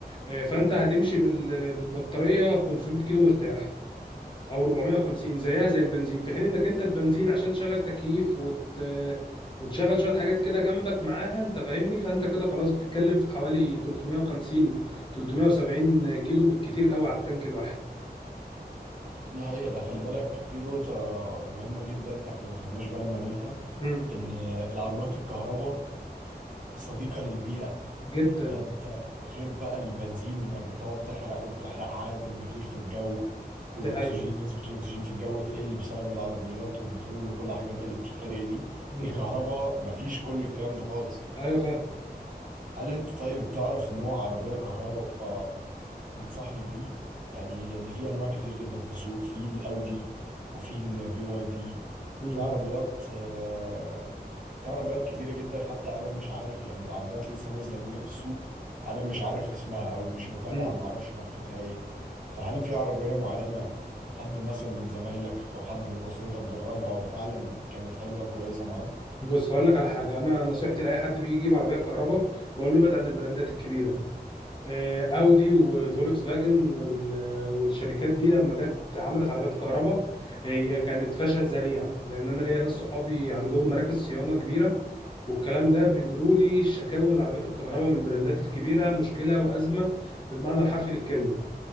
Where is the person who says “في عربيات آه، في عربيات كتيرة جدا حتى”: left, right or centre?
Right